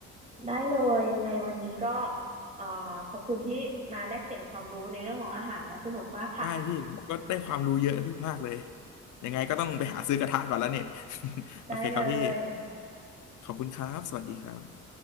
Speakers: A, on the right; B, on the left.
A: ได้เลยยังไงวันนี้ก็อ่าขอบคุณที่มาแลกเปลี่ยนความรู้ในเรื่องของอาหารนะสนุกมากค่ะ
B: ได้พี่ผมก็ได้ความรู้เยอะขึ้นมากเลยยังไงก็ต้องไปหาซื้อกระทะก่อนแล้วเนี่ย <laughs> โอเคครับพี่
A: ได้เลย
B: ขอบคุณครับสวัสดีครับ